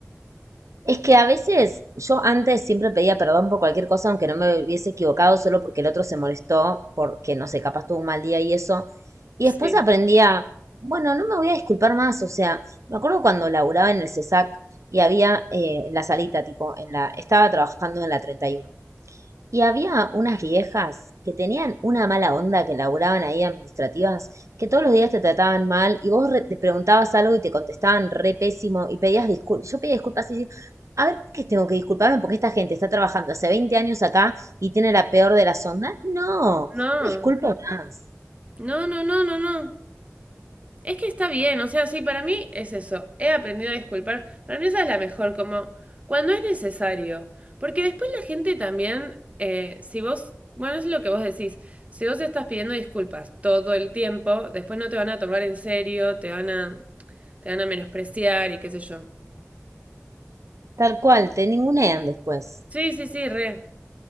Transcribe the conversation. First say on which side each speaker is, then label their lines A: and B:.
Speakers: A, on the right; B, on the right.
A: Es que a veces yo antes siempre pedía perdón por cualquier cosa, aunque no me hubiese equivocado, solo porque el otro se molestó, porque no sé, capaz tuvo un mal día y eso. Y
B: Sí.
A: después aprendí a, bueno, no me voy a disculpar más. O sea, me acuerdo cuando laburaba en el CESAC y había eh, en la salita, tipo, en la, estaba trabajando en la 31. Y había unas viejas que tenían una mala onda que laburaban ahí administrativas, que todos los días te trataban mal y vos re- te preguntabas algo y te contestaban re pésimo y pedías disculpas. Yo pedía disculpas y decía, a ver, ¿por ¿qué tengo que disculparme? Porque esta gente está trabajando hace 20 años acá y tiene la peor de las ondas. No,
B: No,
A: me disculpo más.
B: no, no, no, no, no. Es que está bien, o sea, sí, para mí es eso. He aprendido a disculpar. Para mí esa es la mejor, como cuando es necesario. Porque después la gente también, eh, si vos, bueno, es lo que vos decís, si vos estás pidiendo disculpas todo el tiempo, después no te van a tomar en serio, te van a, te van a menospreciar y qué sé yo.
A: Tal cual, te ningunean después.
B: Sí, sí, sí, re.